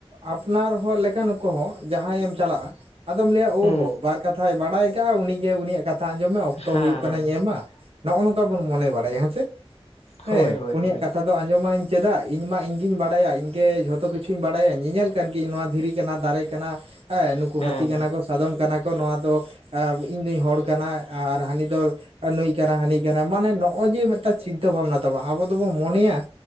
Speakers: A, on the right; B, on the left.
A: ᱟᱯᱱᱟᱨ ᱦᱚᱲ ᱞᱮᱠᱟᱱ ᱠᱚᱦᱚᱸ ᱡᱟᱦᱟᱸᱭ ᱮᱢ ᱪᱟᱞᱟᱜᱼᱟ᱾ ᱟᱫᱚᱢ ᱞᱟᱹᱭᱟ
B: ᱦᱩᱸ
A: ᱚᱦᱳ ᱵᱟᱨ ᱠᱟᱛᱷᱟᱭ ᱵᱟᱰᱟᱭ ᱠᱟᱜᱼᱟ ᱩᱱᱤᱜᱮ ᱩᱱᱤᱭᱟᱜ ᱠᱟᱛᱷᱟ ᱟᱸᱡᱚᱢ ᱢᱮ ᱚᱠᱛᱚ
B: ᱦᱮᱸ
A: ᱦᱩᱭᱩᱜ ᱠᱟᱱᱟᱧ ᱮᱢᱟ᱾ ᱱᱚᱜ-ᱚ ᱱᱚᱝᱠᱟ ᱵᱚᱱ ᱢᱚᱱᱮ ᱵᱟᱲᱟᱭᱟ ᱦᱮᱸᱪᱮ᱾ ᱦᱮᱸ
B: ᱦᱳᱭ ᱦᱳᱭ
A: ᱩᱱᱤᱭᱟᱜ
B: ᱦᱳᱭ
A: ᱠᱟᱛᱷᱟ ᱟᱸᱡᱚᱢᱟᱹᱧ ᱪᱮᱫᱟᱜ? ᱤᱧ ᱢᱟ ᱤᱧᱜᱤᱧ ᱵᱟᱲᱟᱭᱟ᱾ ᱤᱧ ᱜᱮ ᱡᱷᱚᱛᱚ ᱠᱤᱪᱷᱩᱧ ᱵᱟᱲᱟᱭᱟ᱾ ᱧᱮᱧᱮᱞ ᱠᱟᱱ ᱜᱤᱭᱟᱹᱧ ᱱᱚᱣᱟ ᱫᱷᱤᱨᱤ ᱠᱟᱱᱟ ᱫᱟᱨᱮ ᱠᱟᱱᱟ ᱦᱮ ᱱᱩᱠᱩ
B: ᱦᱮᱸ
A: ᱦᱟᱹᱛᱤ ᱠᱟᱱᱟ ᱠᱚ᱾ ᱥᱟᱫᱚᱢ ᱠᱟᱱᱟ ᱠᱚ, ᱱᱚᱣᱟ ᱫᱚ ᱟ, ᱤᱧ ᱫᱩᱧ ᱦᱚᱲ ᱠᱟᱱᱟ ᱟᱨ ᱦᱟᱹᱱᱤ ᱫᱚ ᱱᱩᱭ ᱠᱟᱱᱟ ᱦᱟᱹᱱᱤ ᱠᱟ ᱢᱟᱱᱮ ᱱᱚᱜᱼᱚᱭ ᱡᱮ ᱢᱤᱫᱴᱟᱝ ᱪᱤᱱᱛᱟᱹ ᱵᱷᱟᱵᱽᱱᱟ ᱛᱟᱵᱚ ᱟᱵᱚ ᱫᱚᱵᱚᱱ ᱢᱚᱱᱮᱭᱟ